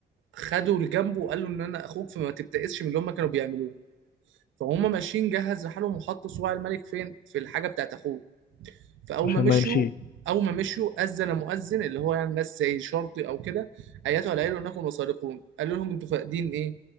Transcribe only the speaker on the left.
عشان
ما يمشي